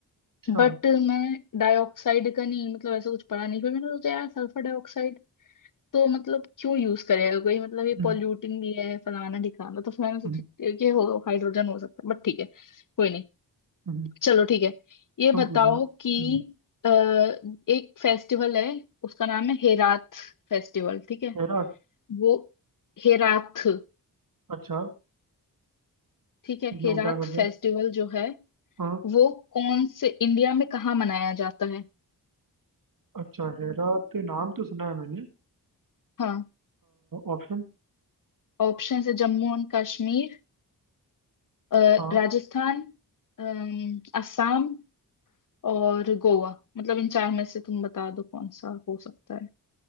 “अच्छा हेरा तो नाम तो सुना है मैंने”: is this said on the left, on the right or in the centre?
Right